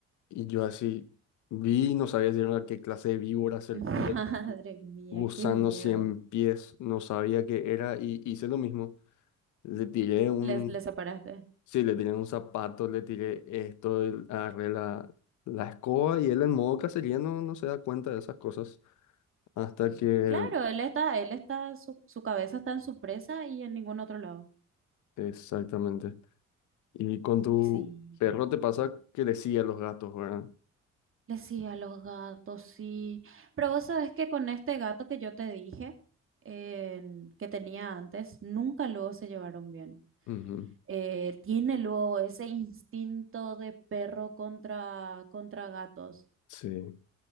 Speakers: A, on the left; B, on the right.
A: Y yo así vi, no sabía si era qué clase de víbora, serpiente,
B: <laughs> Madre mía,
A: gusano
B: qué miedo.
A: cien pies, no sabía qué era y hice lo mismo. Le tiré un,
B: Les, les separaste.
A: sí, le tiré un zapato, le tiré esto, el- agarré la, la escoba y él en modo cacería no, no se da cuenta de esas cosas hasta que,
B: Claro, él está, él está, su, su cabeza está en su presa y en ningún otro lado.
A: exactamente. Y con tu
B: Sí.
A: perro te pasa que le sigue a los gatos, ¿verdad?
B: Le sí a los gatos, sí. Pero vos sabés que con este gato que yo te dije, en- que tenía antes, nunca luego se llevaron bien.
A: Ujú,
B: Eh, tiene luego ese instinto de perro contra, contra gatos.
A: Sí.